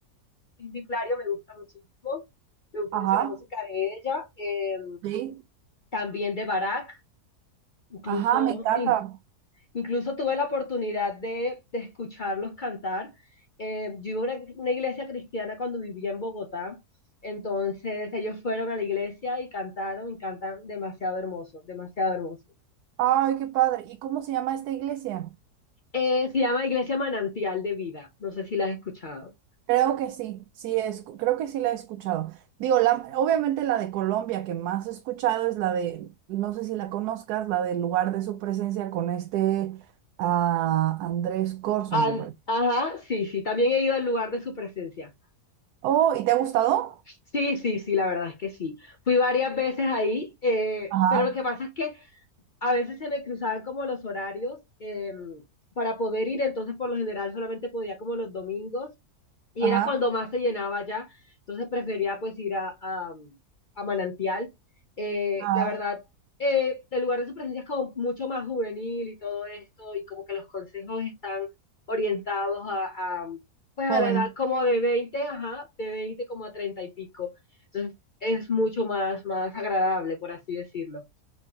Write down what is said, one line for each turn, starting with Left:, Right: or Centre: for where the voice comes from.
Left: Cindy Clario me gusta muchísimo, me gusta
Right: ajá.
Left: mucho la música de ella, eh,
Right: Sí.
Left: también de Barack, incluso,
Right: Ajá, me encanta.
Left: incluso tuve la oportunidad de, de escucharlos cantar. Eh, yo iba a una, una iglesia cristiana cuando vivía en Bogotá, entonces ellos fueron a la iglesia y cantaron y cantan demasiado hermoso, demasiado hermoso.
Right: Ay, qué padre. ¿Y cómo se llama esta iglesia?
Left: Eh, se llama Iglesia Manantial de Vida, no sé si la has escuchado.
Right: Creo que sí, sí, es, creo que sí la he escuchado. Digo, la, obviamente la de Colombia que más he escuchado es la de, no sé si la conozcas, la del lugar de su presencia con este ah, Andrés Corson,
Left: An-
Right: me parece.
Left: Ajá, sí, sí, también he ido al lugar de su presencia.
Right: Oh, ¿y te ha gustado?
Left: Sí, sí, sí, la verdad es que sí. Fui varias veces ahí, eh,
Right: Ajá,
Left: pero lo que pasa es que a veces se me cruzaban como los horarios eh, para poder ir, entonces por lo general solamente podía como los domingos y
Right: ajá,
Left: era cuando más se llenaba ya, entonces prefería pues ir a, a, a Manantial. Eh,
Right: ajá.
Left: la verdad, eh, el lugar de su presencia es como mucho más juvenil y todo esto, y como que los consejos están orientados a, a, pues a
Right: Joven.
Left: la edad como de 20 ajá, de 20 como a 30 y pico. Entonces es mucho más, más agradable, por así decirlo.